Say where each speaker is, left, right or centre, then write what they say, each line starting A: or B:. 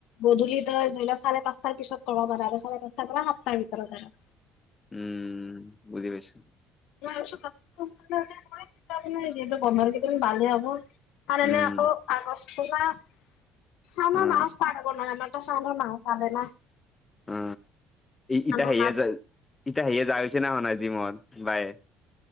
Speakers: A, on the left; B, on the left.
A: গধূলি ধৰ ধৰি লও চাৰে পাঁচটাৰ পিছত ক'ব পাৰা আৰু চাৰে পাঁচটাৰ পৰা। তাৰ ভিতৰত আৰু।
B: উম বুজি পাইছো।
A: <unintelligible> বন্ধৰ কেইদিন ভালহে হ'ব। আৰ
B: উম
A: এনে আকৌ আগষ্ট শাওনৰ
B: অ
A: মাহ ষ্টাৰ্ট হ'ব <unintelligible>
B: অ
A: শাওনৰ
B: ইতা হেয়ে
A: মাহত
B: য ইতিয়া হেয়ে যাই পাইছে না পোৱা নাই জিমত বায়ে